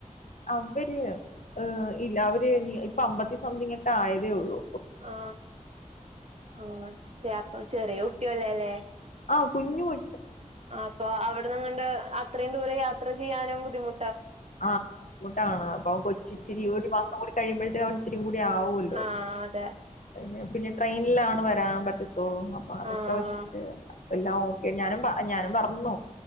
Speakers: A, on the left (about 70°); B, on the right (about 50°).
A: അവ്വര് ഇല്ലാ അവര് ഇനി അമ്പത്തി സംതിങ്ങൊക്കെ ആയതേ ഒള്ളൂ.
B: ആ ആ ചെപോ ചെറിയ <unintelligible>
A: ആ കുഞ്ഞ് കൊ
B: ആ പ്പൊ അവിടുന്നങ്ങാണ്ട് ആ ഇത്രയും ദൂരം യാത്ര ചെയ്യാനും ബുദ്ധിമു
A: ആ ബുദ്ധിമുട്ടാണ് അപ്പൊ കൊച്ച് ഇച്ചിരുടെ ഒരു മാസം കൂടി കഴിയുമ്പഴത്തേന് അവൻ ഇത്തിരി കൂടി ആകു അല്ലോ
B: ആഹ് അതെ
A: കഴിഞ്ഞ പിന്നെ ട്രെയിനിലാണ് വരാൻ പറ്റ ത്തൊള്ളു അപ്പൊ അതൊക്കെ
B: ആഹ്
A: വെച്ചിട്ട് എല്ലാംഒക്കെ ഞാനും ഞാനും പറഞ്ഞു